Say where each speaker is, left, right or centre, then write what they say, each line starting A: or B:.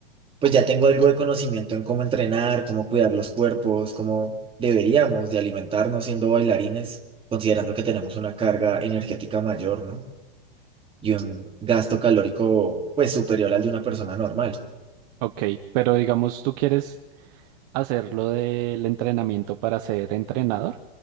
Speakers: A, on the right (about 20°); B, on the right (about 45°).
A: pues ya tengo algo de conocimiento en cómo entrenar, cómo cuidar los cuerpos, cómo deberíamos de alimentarnos siendo bailarines, considerando que tenemos una carga energética mayor, ¿no? Y un gasto calórico, pues, superior al de una persona normal.
B: Ok, pero digamos, ¿tú quieres hacerlo del entrenamiento para ser entrenador?